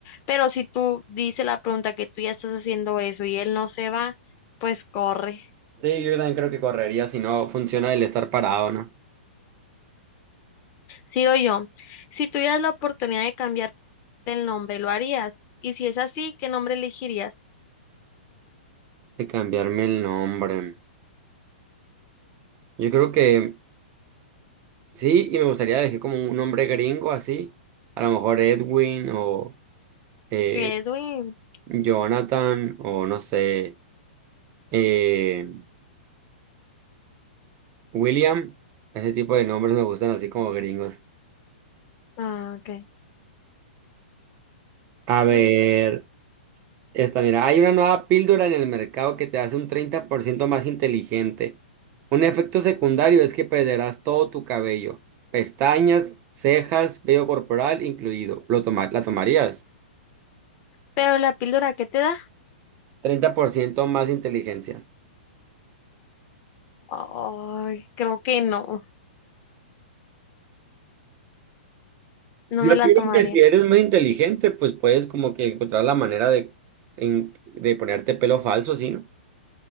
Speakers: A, on the left (about 35°); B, on the right (about 35°).
A: Pero si tú dices la pregunta que tú ya estás haciendo eso y él no se va, pues corre.
B: Sí, yo también creo que correría si no funciona el estar parado, ¿no?
A: Sigo yo. Si tuvieras la oportunidad de cambiarte el nombre, ¿lo harías? Y si es así, ¿qué nombre elegirías?
B: De cambiarme el nombre. Yo creo que sí, y me gustaría decir como un nombre gringo así, a lo mejor Edwin o eh,
A: Edwin.
B: Jonathan o no sé, eh, William, ese tipo de nombres me gustan así como gringos.
A: Ah, ok.
B: A ver.
A: Mm,
B: Esta, mira, hay una nueva píldora en el mercado que te hace un 30% más inteligente. Un efecto secundario es que perderás todo tu cabello, pestañas, cejas, vello corporal incluido. ¿Lo toma- la tomarías?
A: Pero la píldora, ¿qué te da?
B: treinta por ciento más inteligencia.
A: Ay, creo que no. No
B: Yo
A: me la
B: creo
A: tomaría.
B: que si eres más inteligente, pues puedes como que encontrar la manera de, en- de ponerte pelo falso, ¿sí, no?